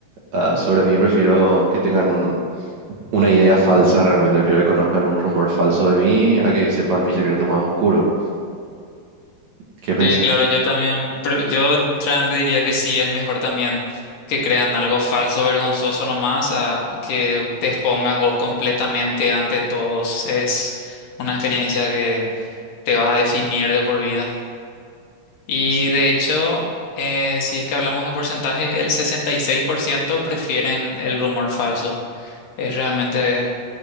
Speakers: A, on the right; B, on the left.
A: ah, sobre mí, prefiero que tengan un una idea falsa realmente. Prefiero que conozcan un rumor falso de mí a que sepan mi secreto más oscuro. ¿Qué pensás?
B: Sí, claro, yo también, pero yo realmente diría que sí, es mejor también que crean algo falso, vergonzoso nomás, a que te expongas vos completamente ante todos. Es una experiencia que te va a definir de por vida. Y
A: Sí,
B: de hecho, eh, si es que hablamos de porcentajes, el 66% prefieren el rumor falso. Es realmente